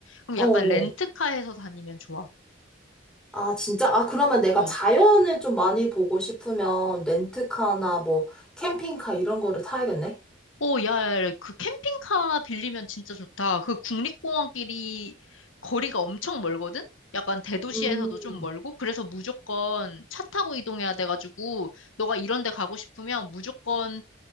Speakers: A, on the left; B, in the centre.
A: 그럼
B: 어.
A: 약간 렌트카에서 다니면 좋아.
B: 아, 진짜? 아, 그러면 내가
A: 어.
B: 자연을 좀 많이 보고 싶으면 렌트카나 뭐 캠핑카 이런 거를 타야겠네?
A: 오, 야, 야, 그 캠핑카 빌리면 진짜 좋다. 그 국립공원끼리 거리가 엄청 멀거든? 약간 대도시에서도
B: 음.
A: 좀 멀고, 그래서 무조건 차 타고 이동해야 돼가지고, 너가 이런 데 가고 싶으면 무조건